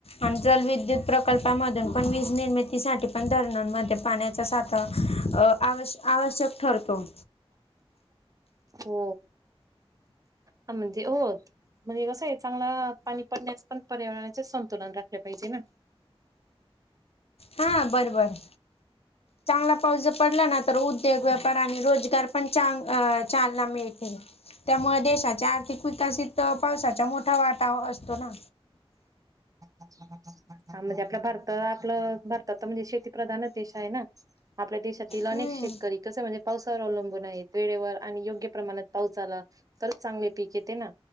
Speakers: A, on the left; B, on the right.
A: आणि जलविद्युत प्रकल्पा मधून पण वीज निर्मितीसाठी पण धरणांमध्ये पाण्याच्या सा आता आवश आवश्यक ठरतो
B: हो म्हणजे होत म्हणजे कसं आहे चांगला पाणी पडण्यास पण पर्यावरणाचे संतुलन राखले पाहिजे ना
A: हां बरं, बरं चांगला पाऊस ज पडला ना तर उद्योग व्यापार आणि रोजगार पण चांग चालना मिळते त्यामुळे देशाच्या आर्थिक विकासित पावसाचा मोठा वाटा असतो ना
B: हा म्हणजे आपलं भारत आपलं भारतात म्हणजे शेती प्रधानच देश आहे ना आपल्या देशातील अनेक
A: हम्म
B: शेतकरी कसे म्हणजे पाऊस वर अवलंबून आहेत, वेळेवर आणि योग्य प्रमाणात पाऊस आला तरच चांगले पीक येते ना?